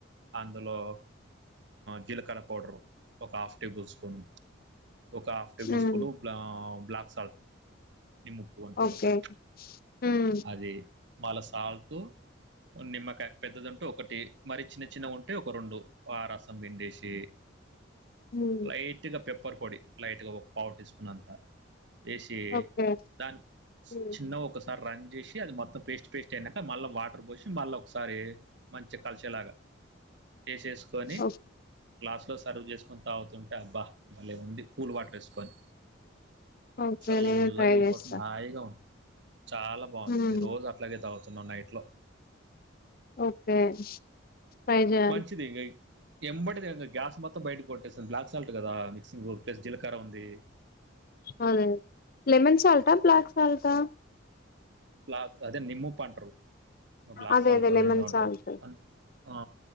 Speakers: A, on the right; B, on the left.
A: అందులో జీలకర్ర పౌడరు ఒక హాఫ్ టేబుల్ స్పూను ఒక హాఫ్ టేబుల్
B: ఉమ్
A: స్పూను బ్ బ్లాక్ సాల్ట్ నిమ్ము ఉప్పు అంటారు
B: ఓకే
A: కదా
B: ఉమ్
A: అదీ మళ్ల సాల్ ప్పు నిమ్మకా పెద్దదింటూ ఒకటి మరి చిన్న చిన్న ఉంట ఒక రెండు ఆ రసం పిండేసి
B: ఉమ్
A: లైట్ గా పెప్ ప్పర్ పొడి లైట్గా ఒక పావు టీ స్పూన్ అంతా వేసి
B: ఓకే
A: దాని
B: ఉమ్
A: చిన్న ఒక స్ప్ సారి రన్ చేసి అది మొత్తం పేస్ట్ పేస్ట్ అయినాక మళ్ళీ వాటర్ పోసి మళ్ళ ఒకసారి మంచిగా కలిసేలాగా చేసేసుకొని
B: ఓ
A: గ్లాస్లో సర్వ్ చేసుకొని తాగుతుంటే అబ్బా భలే ఉంది కూల్ వాటర్ వేసుకొని
B: ఓకే
A: చల్లాగెల్
B: నేను ట్రై చేస్తా
A: పోతుందా హాయిగా ఉన్ చాలా బాగుంది
B: హ్మ్.
A: నె రోజు అట్లాగే తాగు తున్నా నైట్ లో
B: ఓకే ట్రై చేయాలి
A: వంచి దంగా ఎంబడిదింక గ్యాస్ మొత్తం బయట కొట్టేస్తుంది బ్లాక్ సాల్ట్ కదా మిక్సింగ్ ప్లస్ జీలకర ఉంది
B: అవునా లెమన్ సాల్ట్ ఆ బ్లాక్ సాల్ట్ ఆ
A: బ్లాక్ అదే నిమ్ముప్పు అంటరు బ్లాక్
B: అదే
A: సాల్ట్
B: అదే
A: అదేదో
B: లెమన్
A: అంట్రూ
B: సాల్ట్
A: అ ఆ